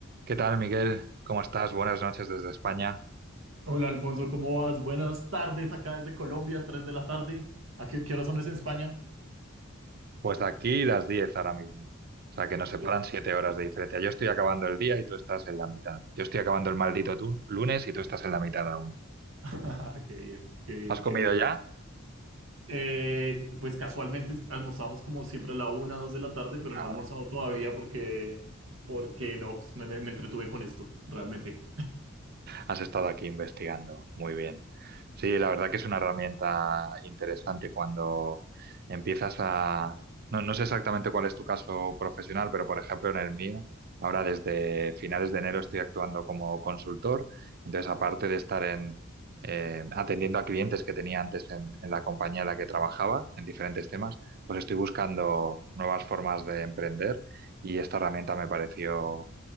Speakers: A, on the right; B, on the right.
A: ¿Qué tal, Miguel? ¿Cómo estás? Buenas noches desde España.
B: Hola Alfonso, ¿cómo vas? Buenas tardes acá desde Colombia, 3 de la tarde. ¿A qué, qué hora son eso en España?
A: Pues aquí las 10 ahora mismo. O sea, que
B: Ok,
A: nos separan 7 horas de diferencia. Yo estoy acabando el día y tú estás en la mitad. Yo estoy acabando el maldito tu- lunes y tú estás en la mitad aún.
B: <laughs> qué bien, qué bien,
A: ¿Has comido
B: qué bien.
A: ya?
B: Eh, pues casualmente almorzamos como siempre a la una, 2 de la tarde, pero
A: Claro.
B: no he almorzado todavía porque, porque no, pues, me, me- me entretuve con esto, realmente.
A: Has estado aquí investigando. Muy bien. Sí, la verdad que es una herramienta interesante cuando empiezas a... No, no sé exactamente cuál es tu caso profesional, pero por ejemplo en el mío, ahora desde finales de enero estoy actuando como consultor. Entonces, aparte de estar en, eh, atendiendo a clientes que tenía antes en, en la compañía en la que trabajaba, en diferentes temas, pues estoy buscando nuevas formas de emprender y esta herramienta me pareció